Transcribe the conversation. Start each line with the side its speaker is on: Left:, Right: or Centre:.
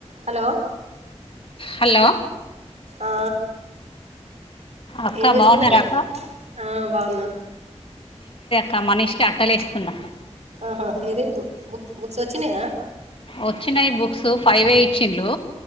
Right: Hello
Left: hello
Right: ఆ
Left: అక్క
Right: ఏం చేస్తున్నవే
Left: బాగున్నారా అక్క
Right: ఆ బాగున్నా.
Left: కామనీష్కి అట్టలేస్తున్న.
Right: ఆహా ఏది బుక్ బుక్ బుక్సొచ్చినయా?
Left: వచ్చినయి బుక్స్ ఫైవే ఇచ్చింలు